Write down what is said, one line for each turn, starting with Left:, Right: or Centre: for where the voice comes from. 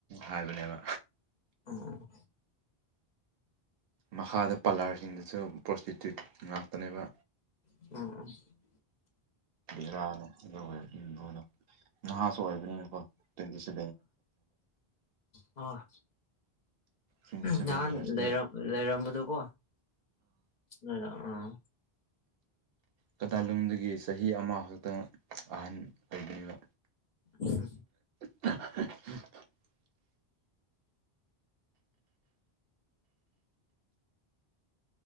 Right: ꯍꯥꯏꯕꯅꯦꯕ
Left: ꯑꯥ
Right: ꯃꯈꯥꯗ ꯄꯥꯂꯔꯁꯤꯡꯗꯁꯨ ꯄ꯭ꯔꯣꯁꯇꯤꯇ꯭ꯌꯨꯠ ꯉꯥꯛꯇꯅꯦꯕ
Left: ꯎꯝ ꯎ
Right: ꯕꯦꯔꯥꯅ ꯑꯗꯨꯒ ꯑꯣꯏ ꯍꯅ ꯅꯍꯥ ꯁꯣꯏꯗꯅꯤꯣ ꯇꯤꯟꯁꯤ
Left: ꯑ
Right: ꯇ꯭ꯋꯦꯟꯇꯤ ꯁꯚꯦꯟ
Left: ꯅꯍꯥꯟ
Right: ꯌꯔꯁꯇꯤ
Left: ꯂꯩꯔ ꯂꯩꯔꯝꯕꯗꯨꯣ ꯀꯣ ꯍꯔ ꯑꯥ
Right: ꯀꯗꯥꯂꯣꯡꯗꯒꯤ ꯆꯍꯤ ꯑꯃ ꯈꯛꯇꯪ ꯑꯍꯟ ꯑꯣꯏꯗꯕ
Left: ꯎ
Right: <unintelligible>